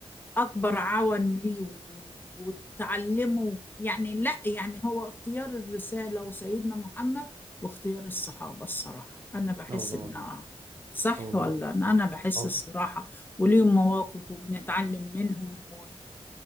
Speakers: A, on the left; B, on the right.
A: أكبر عون ليه و- وتعلمه يعني لا يعني هو اختيار الرسالة وسيدنا محمد واختيار الصحابة الصراحة أنا بحس
B: لا والله
A: إن
B: العظيم
A: آه، صح
B: لا والله
A: ولا أنا أنا بحس
B: أو
A: الصراحة وليهم مواقف وبنتعلم منهم و-